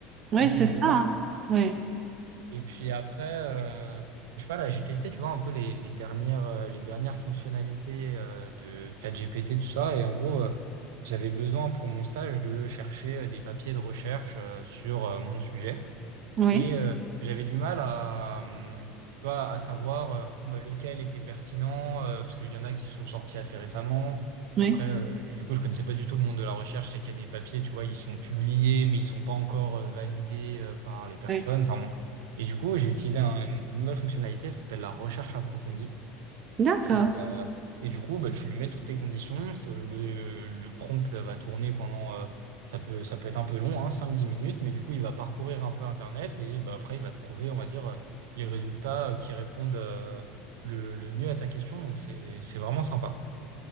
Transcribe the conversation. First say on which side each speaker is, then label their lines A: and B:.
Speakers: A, on the right; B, on the right.
A: Ouais,
B: à ce
A: c'est
B: niveau-là.
A: ça. hein. Ouais.
B: Et puis après, euh, je sais pas, là, j'ai testé, tu vois, un peu les, les dernières, euh, les dernières fonctionnalités euh, de ChatGPT, tout ça. Et en gros, euh, j'avais besoin pour mon stage de chercher euh, des papiers de recherche euh, sur euh, mon sujet.
A: Oui.
B: Et euh, j'avais du mal à, hum, tu vois, à savoir euh, bon, bah, lequel était pertinent, euh, parce qu'il y en a qui sont sortis assez récemment.
A: Oui.
B: Après, euh, du coup, je connaissais pas du tout le monde de la recherche. Je sais qu'il y a des papiers, tu vois, ils sont publiés, mais ils sont pas encore euh, validés euh, par les personnes.
A: Oui.
B: Enfin, bon. et du coup, j'ai utilisé un- une nouvelle fonctionnalité, ça s'appelle la recherche approfondie.
A: D'accord.
B: Et, euh, et du coup, bah, tu lui mets toutes tes conditions. ce- Le, le prompt va tourner pendant. euh, ça peut, ça peut être un peu long, hein, cinq dix minutes, mais du coup, il va parcourir un peu Internet et bah, après, il va trouver, on va dire, euh, les résultats euh, qui répondent euh, le, le mieux à ta question. Donc, c'est, c'est vraiment sympa.